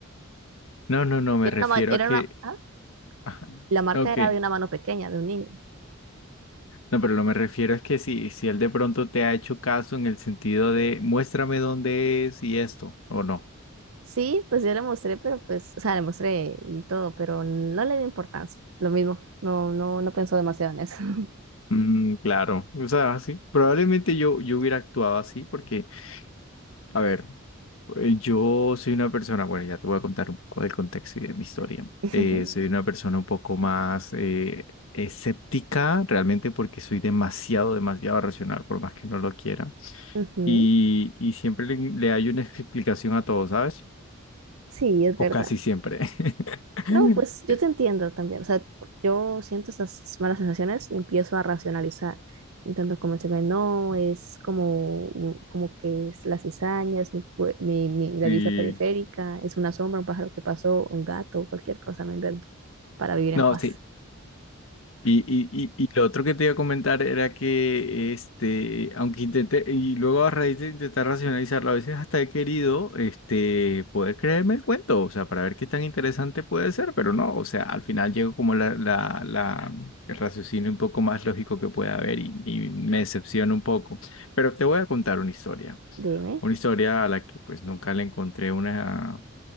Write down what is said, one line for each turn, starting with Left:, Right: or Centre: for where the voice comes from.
Left: No, no, no, me
Right: Era
Left: refiero
Right: una, ma- era
Left: a que...
Right: una, ah,
Left: Ajá,
Right: la marca
Left: Ok,
Right: era de una mano pequeña, de un niño.
Left: no, pero lo me refiero es que si, si él de pronto te ha hecho caso en el sentido de muéstrame dónde es y esto, o no.
Right: Sí, pues yo le mostré, pero pues, o sea, le mostré y todo, pero no le di importancia. Lo mismo, no, no, no pensó demasiado en eso. <laughs>
Left: Mm, claro, o sea, sí, probablemente yo, yo hubiera actuado así porque, a ver, eh, yo soy una persona, bueno, ya te voy a contar un poco del contexto y de mi historia.
Right: Sí,
Left: Eh,
Right: sí.
Left: soy una persona un poco más eh, escéptica realmente porque soy demasiado, demasiado racional, por más que no lo quiera.
Right: Ujú,
Left: Y, y siempre le, le hay una explicación a todo, ¿sabes?
Right: Sí, es verdad.
Left: O casi siempre. <laughs>
Right: No, pues yo te entiendo también. O sea, yo siento estas malas sensaciones y empiezo a racionalizar. Intento convencerme, no, es como, un- como que es las cizañas, mi, cue- mi, mi- la
Left: Sí.
Right: vista periférica, es una sombra, un pájaro que pasó, un gato, cualquier cosa me invento para vivir en
Left: No,
Right: paz.
Left: sí. Y, y, y, y lo otro que te iba a comentar era que, este, aunque intenté, y luego a raíz de intentar racionalizarlo, a veces hasta he querido, este, poder creerme el cuento, o sea, para ver qué tan interesante puede ser, pero no, o sea, al final llego como la, la, la, el raciocinio un poco más lógico que pueda haber y, y me decepciona un poco. Pero te voy a contar una historia,
Right: <laughs> Dime.
Left: una historia a la que pues nunca le encontré una